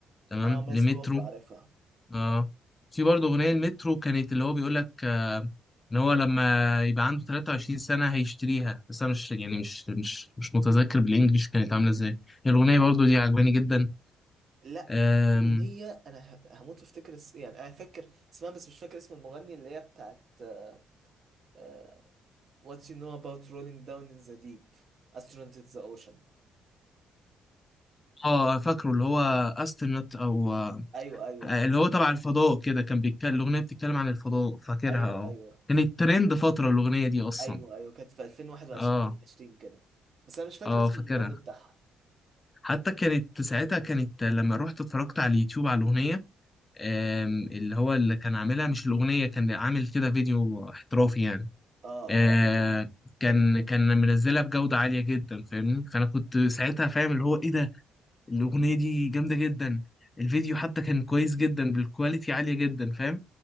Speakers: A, on the left; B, on the right.
A: تمام
B: اه ماسكوف
A: لمترو
B: عارفها
A: اه في برضه اغنيه المترو كانت اللي هو بيقول لك آه ان هو لما يبقى عنده 23 سنه هيشتريها بس انا مش يعني مش مش مش متذكر بالانجلش كانت عامله ازاي الاغنيه برضه
B: آه.
A: دي عجباني جدا
B: لا
A: آم،
B: في اغنيه انا ه- هموت وافتكر اس- يعني انا فاكر اسمها بس مش فاكر اسم المغني اللي هي بتاعت آه، آه، What you know about rolling down in the deep astronaut in the ocean
A: اه فاكره اللي هو استرنت او آه
B: ايوه ايوه
A: اللي هو تبع الفضاء كده كان بيتكلم الاغنيه بتتكلم عن الفضاء فاكرها
B: ايوه
A: اه
B: ايوه
A: كانت ترند فتره الاغنيه دي اصلا
B: ايوه ايوه كانت في 2021
A: اه
B: 22 كده بس انا مش فاكر
A: اه
B: اسم
A: فاكرها
B: المغني بتاعها
A: حتى كانت ساعتها كانت لما رحت اتفرجت على اليوتيوب على الأغنية آم، اللي هو اللي كان عاملها مش الأغنية كان عامل كده فيديو احترافي يعني
B: اه
A: آه،
B: اه
A: كان
B: لادي كليب
A: كان منزلها بجودة عالية جدا فاهمني فأنا كنت ساعتها فاهم اللي هو إيه ده الأغنية دي جامدة جدا الفيديو حتى كان كويس جدا بالكواليتي عالية جدا فاهم